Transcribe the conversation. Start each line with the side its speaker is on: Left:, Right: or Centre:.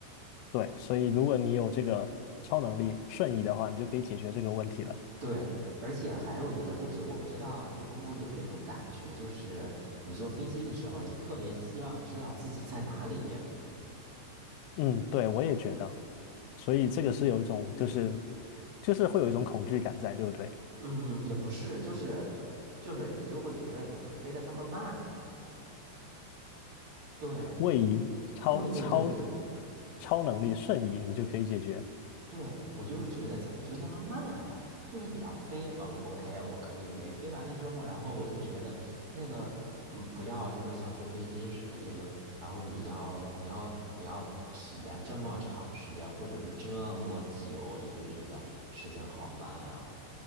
Left: 对，所以如果你有这个超能力瞬移的话，你就可以解决这个问题了。
Right: 对，而且还有一个就是，我不知道你会不会有这种感觉，就是你坐飞机的时候，你特别希望知道自己在哪里。
Left: 嗯，对，我也觉得。所以这个是有一种就是就是会有一种恐惧感在，对不对？
Right: 嗯，也不是，就是就是你就会觉得怎么飞得这么慢？对，
Left: 位移、超超
Right: 对，对，对，对。
Left: 超能力、瞬移，你就可以解决。
Right: 对，我就是觉得怎么就那么慢啊？就是你要飞，嗯，OK，我可以飞，飞完了之后，然后我就觉得那个，嗯，不要就是像坐飞机似的这个，然后你要你要你要体验这么长时间，或者是这么久，你就觉得时间好慢啊。